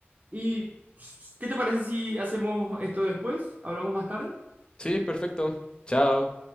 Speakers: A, on the right (about 35°); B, on the left (about 20°).
A: ¿Y pss, qué te parece si hacemos esto después? ¿Hablamos más tarde?
B: Sí, perfecto. Chao.